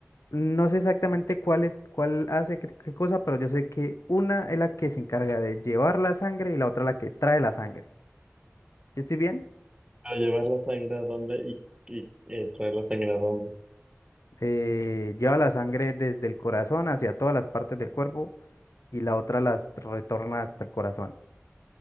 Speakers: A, on the left; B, on the right.
A: no sé exactamente cuál es, cuál hace qué, qué cosa, pero yo sé que una es la que se encarga de llevar la sangre y la otra la que trae la sangre. ¿Yo estoy bien?
B: O llevar la sangre a dónde y, y, eh, traer la sangre a dónde.
A: Eh, lleva la sangre desde el corazón hacia todas las partes del cuerpo y la otra las retorna hasta el corazón.